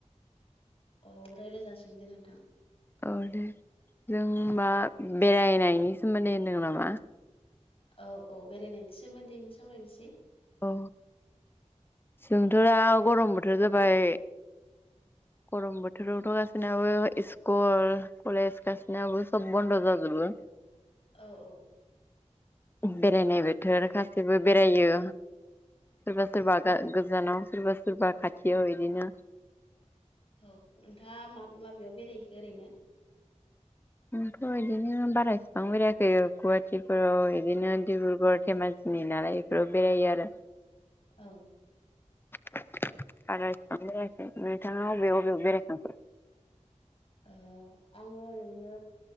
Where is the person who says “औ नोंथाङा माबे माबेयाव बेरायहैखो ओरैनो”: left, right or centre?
Left